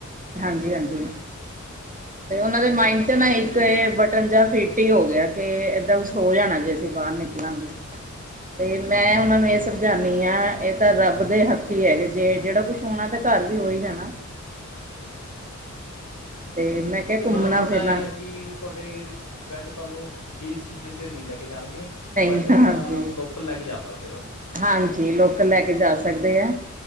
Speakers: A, on the right (about 25°); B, on the left (about 70°).
A: ਹਾਂਜੀ-ਹਾਂਜੀ, ਤੇ ਉਹਨਾਂ ਦੇ ਮਾਈੰਡ
B: ਹਾਂ
A: ਚ ਨਾ
B: ਫੀਡ
A: ਇੱਕ
B: ਹੋ ਗਈ ਇਹ ਚੀਜ਼
A: ਬਟਨ ਜਾਂ ਫੀਟ- ਟੀ ਹੋ ਗਿਆ। ਕੇ ਏਦਾਂ ਕੁਛ ਹੋ ਜਾਣਾ ਜੇ ਅਸੀਂ ਬਾਹਰ ਨਿਕਲਾਂਗੇ। ਤੇ ਮੈਂ ਉਹਨਾਂ ਨੂੰ ਇਹ ਸਮਝਾਉਂਦੀ ਹਾਂ, ਇਹ ਤਾਂ ਰੱਬ ਦੇ ਹੱਥ ਹੀ ਹੈਗਾ। ਜੇ ਜਿਹੜਾ ਕੁਛ, ਹੋਣਾ ਤੇ ਘਰ ਵੀ ਹੋ ਹੀ ਜਾਣਾ। ਤੇ ਮੈਂ ਕਿਹਾ ਘੁੰਮਣਾ
B: ਮਤਲਬ ਹੁਣ ਤੁਹਾਡਾ
A: ਫਿਰਨਾ
B: ਇਹ ਹੈ ਕਿ। ਤੁਹਾਡੇ ਹਸਬੈਂਡ ਤੁਹਾਨੂੰ, ਹਿਲ ਸਟੇਸ਼ਨ ਤੇ ਨਹੀਂ ਲੈ ਕੇ ਜਾਣਗੇ।
A: ਨਹੀਂ
B: ਬਟ ਏਦਾਂ,
A: ਹਾਂਜੀ
B: ਲੋਕਲ ਲੈਕੇ ਜਾ ਸਕਦੇ ਤੁਹਾਨੂੰ?
A: ਹਾਂਜੀ, ਲੋਕਲ ਲੈ ਕੇ ਜਾ ਸਕਦੇ ਐ।